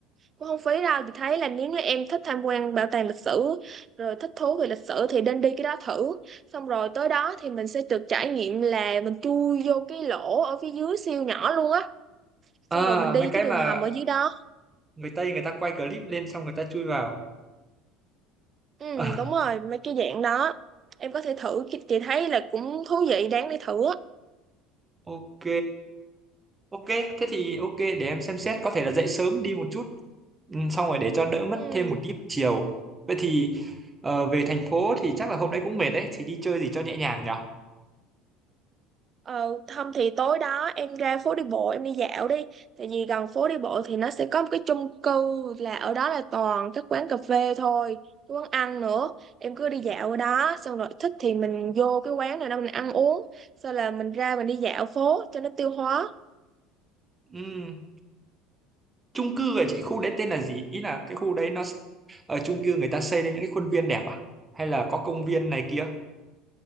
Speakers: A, on the right; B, on the right.
A: cũng không phí đâu chị thấy là nếu như em thích tham quan bảo tàng lịch sử rồi thích thú về lịch sử thì nên đi cái đó thử xong rồi tới đó thì mình sẽ được trải nghiệm là mình chui vô cái lỗ ở phía dưới siêu nhỏ luôn á
B: À,
A: xong rồi mình đi
B: mấy cái
A: cái đường
B: mà
A: hầm ở dưới đó
B: người Tây người ta quay clip lên xong người ta chui vào.
A: ừ
B: <laughs>
A: đúng rồi mấy cái dạng đó em có thể thử chị chị thấy là cũng thú vị đáng để thử á
B: ok. Ok, thế thì ok để em xem xét có thể là dậy sớm đi một chút ừ, xong rồi để cho đỡ mất
A: ừ
B: thêm một tí buổi chiều. Vậy thì ờ, về thành phố thì chắc là hôm đấy cũng mệt đấy, thì đi chơi gì cho nhẹ nhàng nhở?
A: Ờ, không thì tối đó em ra phố đi bộ em đi dạo đi tại vì gần phố đi bộ thì nó sẽ có một cái chung cư là ở đó là toàn các quán cà phê thôi cái quán ăn nữa em cứ đi dạo ở đó xong rồi thích thì mình vô cái quán này đó mình ăn uống sau là mình ra mình đi dạo phố cho nó tiêu hóa
B: Ừm, chung cư ở chị khu đấy tên là gì? Ý là cái khu đấy nó sẽ- ở chung cư người ta xây lên những cái khuôn viên đẹp à? Hay là có công viên này kia?